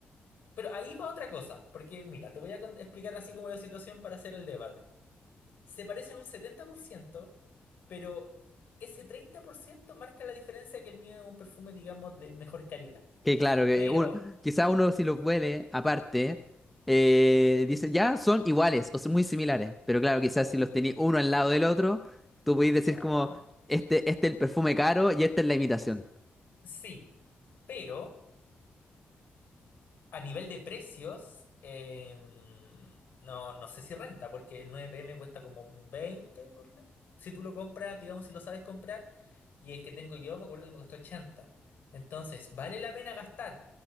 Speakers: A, on the left; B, in the centre.
A: Pero ahí va otra cosa, porque mira, te voy a cont- explicar así como la situación para hacer el debate. Se parecen un setenta por ciento pero ese 30% marca la diferencia que el mío es un perfume, digamos, de mejor calidad.
B: Que claro, que
A: Pero,
B: uno, quizá uno si los huele aparte, eh, dice, ya son iguales o son muy similares. Pero claro, quizás
A: claro,
B: si los tenéis uno al lado del otro, tú podéis decir
A: claro,
B: como, este, este es el perfume caro y esta es la imitación.
A: sí, pero... A nivel de precios, em, no, no sé si renta, porque el 9 m cuesta como veinte ponle. Si tú lo compras, digamos, si lo sabes comprar, y el que tengo yo me acuerdo que me costó ochenta Entonces, vale la pena gastar